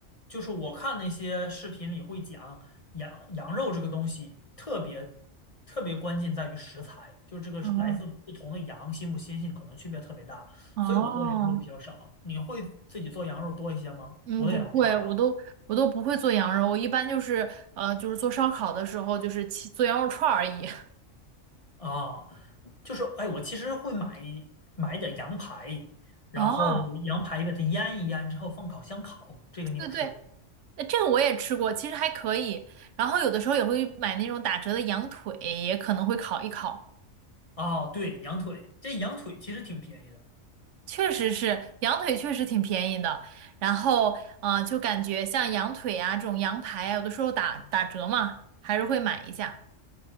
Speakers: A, on the left; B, on the right.
A: 就是我看那些视频里会讲羊羊肉这个东西特别特别关键在于食材，就是这个是来自不同的羊新不新鲜可能区别特别大，
B: 哦哦，
A: 所以我做羊肉比较少。你会自己做羊肉多一些吗？
B: 嗯，
A: 除了羊肉串儿啊
B: 不会，我都我都不会做羊肉，我一般就是呃，就是做烧烤的时候，就是切做羊肉串儿而已。
A: 啊，就是哎，我其实会买一买一点羊排，然后羊排把它腌一腌之后放烤箱烤，
B: <laughs> 哦，
A: 这个你有试过吗？
B: 对对对，呃这个我也吃过，其实还可以。然后有的时候也会买那种打折的羊腿，也可能会烤一烤。
A: 哦，对，羊腿，这羊腿其实挺便宜的。
B: 确实是，羊腿确实挺便宜的。然后呃，就感觉像羊腿啊这种羊排啊，有的时候打打折嘛，还是会买一下。